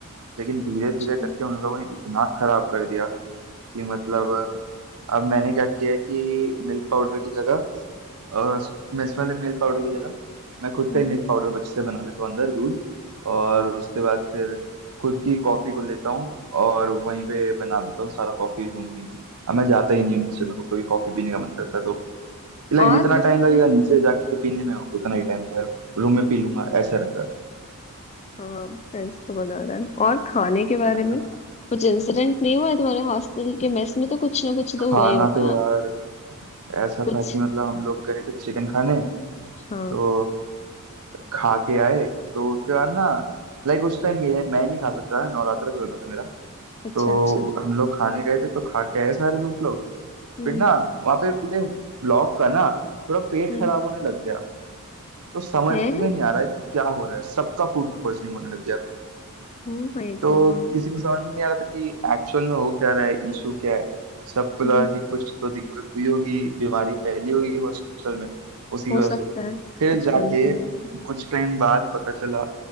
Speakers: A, on the right; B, on the left.
A: लेकिन धीरे धीरे
B: अच्छा,
A: करके उन लोगों ने इतना खराब कर दिया कि मतलब अब मैंने क्या किया है कि मिल्क पाउडर की जगह अ, मिस वाले मिल्क पाउडर की जगह मैं खुद
B: हम्म।
A: का ही मिल्क पाउडर बच से बना लेता हूँ अंदर दूध और उसके बाद फिर खुद की कॉफी को लेता हूँ और वहीं पे बना देता हूँ सारा कॉफी रूम में ही। अब मैं जाता ही नहीं हूँ नीचे मेरे को कभी कॉफी पीने का मन करता है, तो लाइक
B: और
A: जितना
B: मतलब
A: टाइम लगेगा नीचे जाके पीने में उतना ही टाइम घर रूम में पी लूंगा ऐसा रहता है
B: हाँ फ्रेंड्स तो बना रहा है और खाने के बारे
A: हाँ,
B: में कुछ इंसिडेंट नहीं हुआ है तुम्हारे हॉस्टल के मेस में तो कुछ ना कुछ तो
A: खाना
B: हुआ ही होगा
A: तो यार ऐसा
B: कुछ
A: था कि मतलब हम लोग गए थे चिकन खाने
B: हाँ
A: तो खा के आए तो उसके बाद ना लाइक उस टाइम मैं मैं नहीं खा सकता था नवरात्रा चल रहा था मेरा
B: अच्छा
A: तो
B: अच्छा
A: हम लोग खाने गए थे तो खा के आए सारे दोस्त लोग
B: हम्म
A: फिर ना वहाँ पे पूरे ब्लॉक का ना थोड़ा पेट
B: हम्म
A: खराब होने लग गया तो समझ
B: है
A: में नहीं आ रहा है कि क्या हो रहा है सबका फूड पॉइजनिंग होने लग गया
B: Oh my
A: तो
B: God
A: किसी को समझ में नहीं आ रहा था कि एक्चुअल में हो क्या रहा है इशू क्या है सबको
B: हम्म
A: लगा कि कुछ तो दिक्कत हुई होगी बीमारी फैली होगी हॉस्टल में उसी
B: हो
A: की वजह
B: सकता
A: से
B: है कुछ
A: फिर जाके
B: कंफ्यूजन
A: कुछ टाइम बाद पता चला